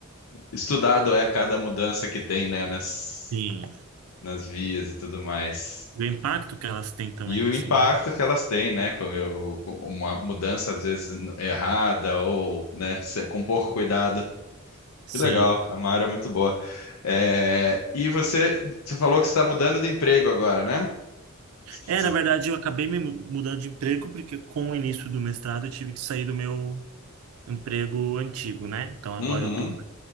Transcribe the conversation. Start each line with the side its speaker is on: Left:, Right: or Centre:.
Left: estudado é cada mudança que tem, né? Nas,
Right: Sim.
Left: nas vias e tudo mais.
Right: O impacto que elas têm também,
Left: E o
Right: assim,
Left: impacto
Right: né?
Left: que elas têm, né? com- eu- com Uma mudança, às vezes, errada ou, né, se- com pouco cuidado.
Right: Sim.
Left: Que legal, é uma área muito boa. É, e você, você falou que você está mudando de emprego agora, né? Você-
Right: É, na
Left: você-
Right: verdade, eu acabei me mu- mudando de emprego porque com o início do mestrado eu tive que sair do meu emprego antigo, né? Então agora
Left: uhum,
Right: eu tô